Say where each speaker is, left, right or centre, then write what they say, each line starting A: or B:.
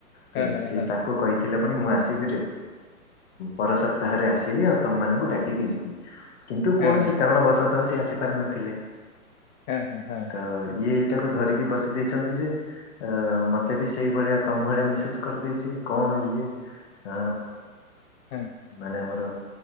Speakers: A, on the left (about 45°); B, on the left (about 70°).
A: ତ
B: ହଁ ହଁ
A: ସିଏ
B: ହଁ
A: ତାକୁ କହି ଥିଲେ ପୁଣି ମୁଁ ଆସିବି ପର ସପ୍ତାହରେ ଆସିବି ଆଉ ତମମାନଙ୍କୁ ଡାକିକି ଯିବି। କିନ୍ତୁ
B: ହଁ
A: କୌଣସି
B: ହଁ
A: କାରଣବଶତଃ ସେ ଆସିପାରିନଥିଲେ
B: ହଁ ହଁ ହଁ
A: ତ ଇଏ ାକୁ ଧରିକି ବସି ଦେଇଛନ୍ତି ଯେ ମତେ ବି ସେଇ ଭଳିଆ ତମ ଭଳି ମେସେଜ କରି ଦେଇଛି କଣ ଈ ଇଏ ହ
B: ହଁ
A: ମାନେ ଆମର।